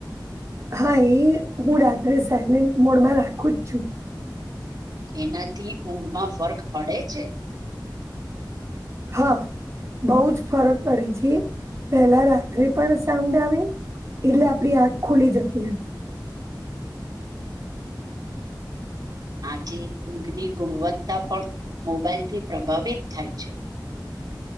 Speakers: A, on the right; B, on the right.
A: હા એ હું રાત્રે સાયલેન્ટ મોડમાં રાખું જ છું.
B: એનાથી ઊંઘમાં ફર્ક પડે છે.
A: હા. બવ જ ફરક પડે છે પેલા રાત્રે પણ સાઉન્ડ આવે એટલે આપણી આંખ ખુલી જતી હતી.
B: આજે ઊંઘની ગુણવત્તા પણ મોબાઈલથી પ્રભાવિત થાય છે.